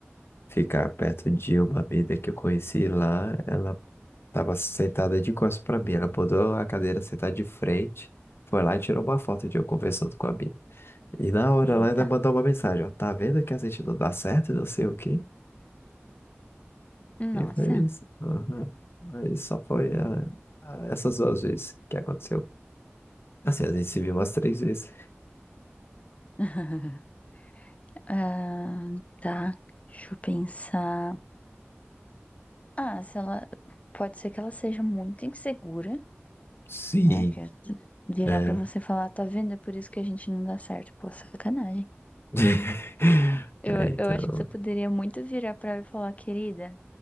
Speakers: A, on the left (about 60°); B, on the left (about 30°).
A: ficar perto de uma mina que eu conheci lá, ela Tava sentada de costas pra mim. Ela botou a cadeira sentada de frente. Foi lá e tirou uma foto de eu conversando com a mina. E na hora
B: Eita.
A: ela ainda mandou uma mensagem, ó. Tá vendo que a gente não dá certo e não sei o quê?
B: Nossa.
A: E foi isso. Aham. Aí só foi ah, ah, essas duas vezes que aconteceu. Assim, a gente se viu umas três vezes.
B: <laughs> Ah, tá. Deixa eu pensar. Ah, se ela. Pode ser que ela seja muito insegura,
A: Sim,
B: né? Que virar
A: é.
B: pra você e falar, tá vendo? É por isso que a gente não dá certo. Pô, sacanagem.
A: <laughs>
B: Eu,
A: É, então.
B: eu acho que você poderia muito virar pra ela e falar, querida,